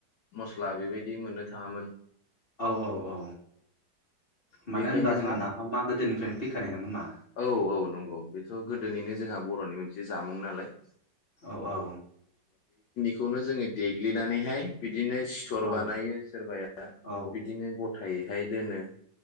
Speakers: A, on the left (about 80°); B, on the left (about 40°).
A: मस्ला बेबायदि मोननो थाङामोन।
B: औ औ औ मानो
A: बेखायनो
B: होनबा जोंहा
A: मा
B: नाफाम मा गोदोनिफ्रायनो फैखानाय नङा मा?
A: औ औ नंगौ बेथ' गोदोनिनो जोंहा बर'नि मोनसे जामुं नालाय
B: औ औ
A: खौनो जोंङो देग्लिनानैहाय बिदिनो सिथर
B: औ
A: बानायो सोरबाया
B: औ
A: बिदिनो ग थायैहाय दोनो।